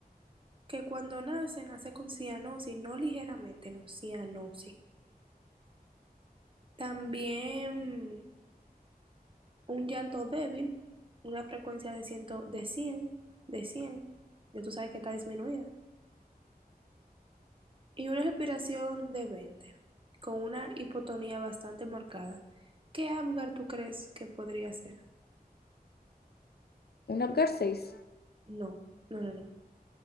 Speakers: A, on the right; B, on the left.
A: que cuando nace, nace con cianosis, no ligeramente, no, cianosis. También un llanto débil, una frecuencia de 100, de cien de 100 ya tú sabes que está disminuida. Y una respiración de 20 con una hipotonía bastante marcada. ¿Qué Apgar tú crees que podría ser?
B: ¿Un APGAR seis.
A: No, no, no, no.